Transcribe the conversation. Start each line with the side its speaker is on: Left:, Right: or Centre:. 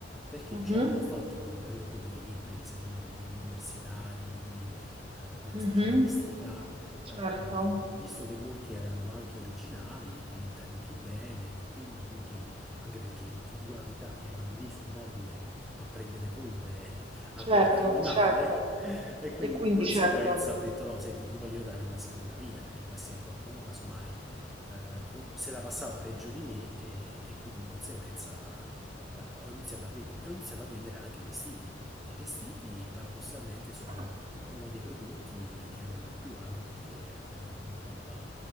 Centre: perché
Right: Mhm,
Centre: diciamo l'ho fatto per, per lo più per i libri, sai come i libri universitari, i libri eh, della
Right: mhm.
Centre: specialistica,
Right: Certo,
Centre: eh, visto che molti erano anche originali, tenuti bene, li ho venduti, anche perché ti dico la verità, erano lì sul mobile a prendere polvere, <laughs>
Right: certo,
Centre: a guardarmi
Right: certo.
Centre: male <laughs> e quindi
Right: E quindi
Centre: di conseguenza
Right: certo.
Centre: ho detto no, senti, gli voglio dare una seconda vita perché può essere qualcuno casomai eh, co- se la passava peggio di me e, e quindi di conseguenza eh, ho iniziato a vendere. E ho iniziato a vendere anche i vestiti. E I vestiti paradossalmente sono
Right: Ah, mm,
Centre: uno dei prodotti che andava
Right: mm,
Centre: di più, anche perché
Right: mm,
Centre: era sempre comunque roba...